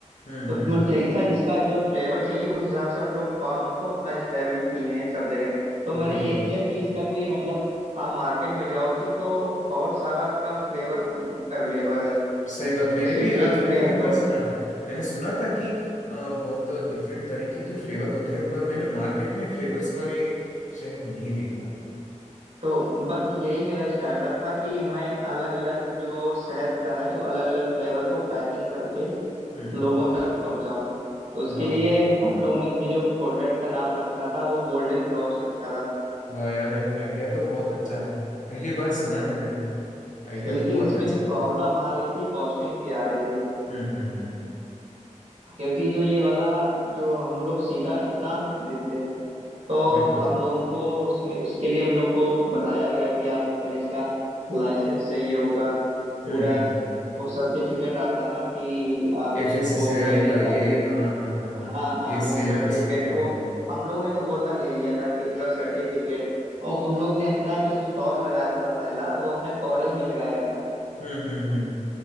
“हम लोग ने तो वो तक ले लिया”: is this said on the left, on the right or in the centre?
Right